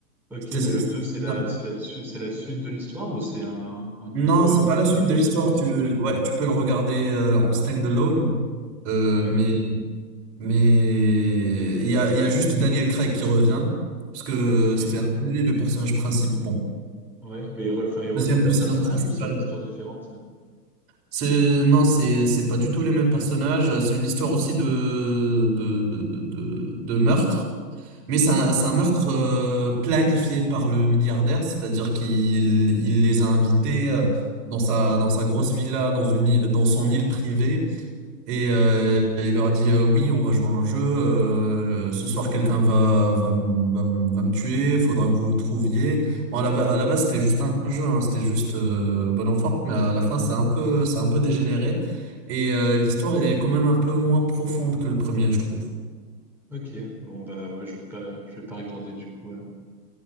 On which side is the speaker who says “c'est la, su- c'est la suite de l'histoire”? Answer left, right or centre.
Centre